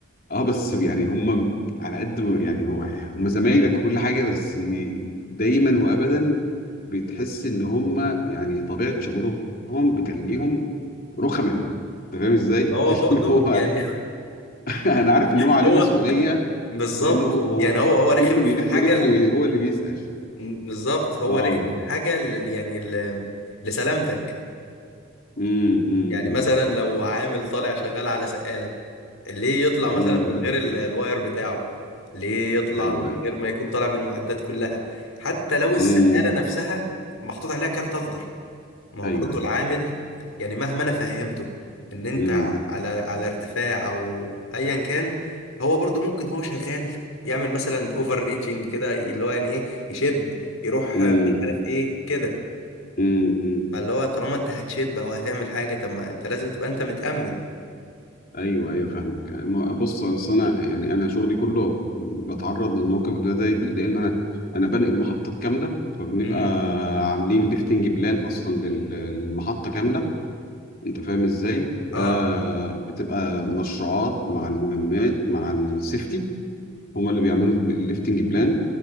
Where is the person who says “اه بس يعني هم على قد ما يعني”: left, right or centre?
Left